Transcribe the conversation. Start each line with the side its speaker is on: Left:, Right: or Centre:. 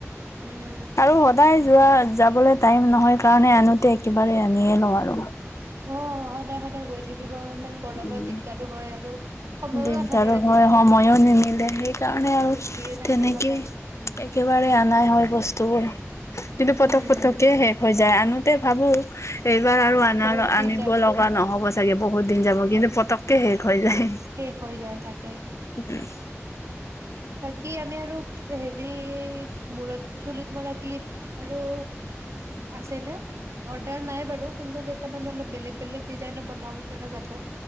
Right: উম
Left: আৰু সদায় যোৱা যাবলৈ টাইম নহয় কাৰণে, আনোতে একেবাৰে আনিয়ে লওঁ আৰু।
Right: অ', সদায় সদায় গৈ থাকিব ইমান গৰমত
Left: উম
Right: দিগদাৰো হয়, আৰু। সময়ো
Left: দিগদাৰো
Right: নাথাকে আজিকালি
Left: হয়, সময়ো নিমিলে সেইকাৰণে আৰু
Right: ডিউটিয়ে থাকে
Left: তেনেকেই
Right: সদায় উম
Left: একেবাৰে অনাই হয় বস্তুবোৰ। কিন্তু পটক
Right: উম
Left: পটকে শেষ হৈ যায়, আনোতে ভাবোঁ। এইবাৰ আৰু আনা
Right: বহুত দিন
Left: আনিব
Right: যাব
Left: লগা নহ'ব চাগে, বহুত দিন যাব কিন্তু পতক কে শেষ হৈ যায়।
Right: শেষ হৈ যায় তাকে।
Left: উম।
Right: বাকী আমি আৰু হেৰি মূৰত চুলিত মৰা ক্লিপ আৰু আছে নে? অৰ্ডাৰ নাই বাৰু কিন্তু কেইটামান অলপ বেলেগ বেলেগ ডিজাইন বনাব পৰা যাব।